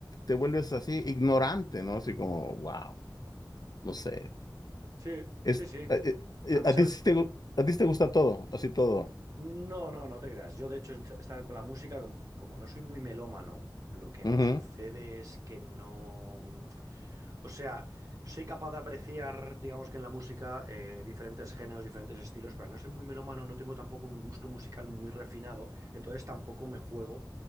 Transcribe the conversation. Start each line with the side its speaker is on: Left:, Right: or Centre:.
Left: te vuelves así ignorante, ¿no? Así como, wow, no sé.
Right: Sí,
Left: Es,
Right: sí, sí.
Left: eh, eh, eh,
Right: A mí,
Left: a,
Right: ¿sabes?
Left: ti sí te, gu- a ti sí te
Right: A,
Left: gusta todo, así todo.
Right: no, no, no te creas. Yo, de hecho, est- estar con la música, com- como, no soy muy melómano, lo que
Left: Ujú.
Right: me sucede es que no. mm, O sea, soy capaz de apreciar, digamos que en la música, eh, diferentes géneros, diferentes estilos, pero al no soy muy melómano, no tengo tampoco un gusto musical muy refinado, entonces tampoco me juego